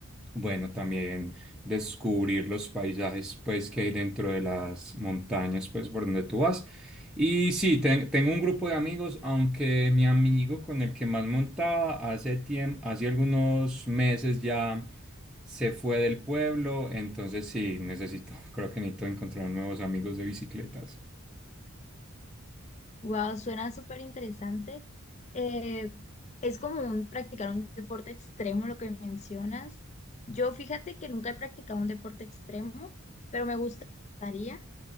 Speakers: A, in the centre; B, on the left (about 30°).
A: bueno, también descubrir los paisajes, pues, que hay dentro de las montañas, pues, por donde tú vas. Y sí, ten- tengo un grupo de amigos, aunque mi amigo con el que más montaba hace tiempo, hace algunos meses ya se fue del pueblo, entonces sí, necesito, <laughs> creo que necesito encontrar nuevos amigos de bicicletas.
B: Wow, suena súper interesante. Eh, es como un, practicar un deporte extremo, lo que mencionas. Yo fíjate que nunca he practicado un deporte extremo, pero me gustaría,